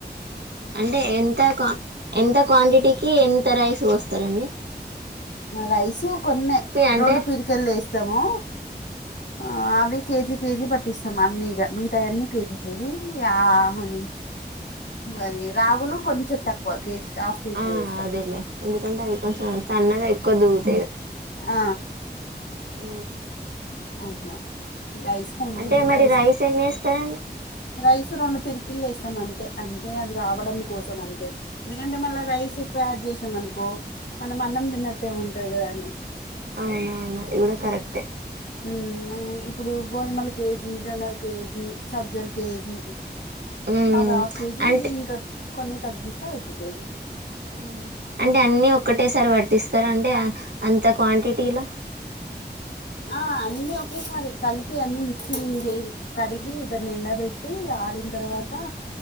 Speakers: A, on the right; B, on the left.
A: అంటే ఎంత క్వా ఎంత క్వాంటిటీకి ఎంత రైస్ వస్తారంండి
B: రైస్ కొన్ని
A: అంటే
B: రెండు పీరికలు వేస్తాము ఆ అవి కేజి కేజి పట్ట పట్టిస్తాం అన్ని మిగతాయి అన్నిీ కేజీ కేజీ ఆ అది అది రాగులు కొంచెం తక్కువ కేజీ హాఫ్ కేజీ
A: ఆ
B: వేస్తాం
A: అదేలే ఎందుకంటే అది కొంచెం సన్నగా ఎక్కువ దిగుతుంది
B: ఆ
A: ఆ
B: అట్లా రైస్ కొంచెం
A: అంటే మరి
B: రైస్
A: ఎన్ని వేస్తారండి
B: రైస్ రెండు పిరికిళ్లు వేస్తాం అంత అే అంటే అది రావడం కోసం అంతే ఎందుకంటే మళ్ళా రైస్ ఎక్కువ యాడ్ చేసినాం అనుకో మనం అన్నం తిన్నట్టే ఉంటది కదాండి
A: అవునవునా ఇ కూడా కరెక్టే
B: ఉ ఇప్పుడు గోధుమల కేజీ జోనల్ కేజీ సజ్జల్ కేజీ
A: హ్మ్
B: అవి హాఫ్ కేజీ
A: అంటే
B: ఇవి ఇంకా కొన్ని తగ్గిస్తా అయిపోతది
A: ఉ అంటే అన్నిీ ఒకటి ఒకేసారి వట్టిస్తారా అంటే అంత క్వాంటిటీలో
B: ఆ అన్నిీ ఒకేసారి కలిపి అన్ని మిక్చింగ్ కడిగి ఇదన్న ఎండబెట్టి ఆరిన తర్వాత
A: ఆహా